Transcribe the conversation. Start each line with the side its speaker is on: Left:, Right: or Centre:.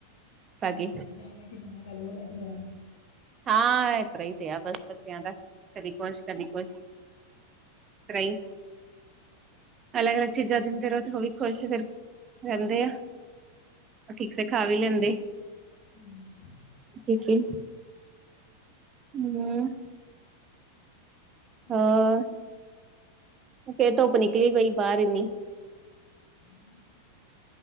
Right: ਪਾ ਕੇ
Left: ਮੈਂ ਚਾਹ ਲੈ ਕੇ ਜਾਣਾ ਕੱਲ ਉਹ ਲੈ ਕੇ ਜਾਣਾ।
Right: ਹਾਂ ਇਹ ਤਰਾਂ ਹੀ ਤੇ ਆ ਬਸ ਬੱਚਿਆਂ ਦਾ ਕਦੀ ਕੁਛ ਕਦੀ ਕੁਛ। ਤਰ੍ਹਾਂ ਹੀ ਅਲੱਗ ਅਲੱਗ ਚੀਜ਼ਾਂ ਦਿੰਦੇ ਰਹੋ ਤੇ ਉਹ ਵੀ ਖੁਸ਼ ਫਿਰ। ਰਹਿੰਦੇ ਆ, ਠੀਕ ਸੇ ਖਾ ਵੀ ਲੈਂਦੇ।
Left: ਹਮ
Right: ਜੇ ਫਿਰ ਹਮ।
Left: ਠੀਕ
Right: ਹੋਰ ਫਿਰ ਧੁੱਪ ਨਿਕਲੀ ਪਈ ਬਾਹਰ ਇੰਨੀ।
Left: ਹਮ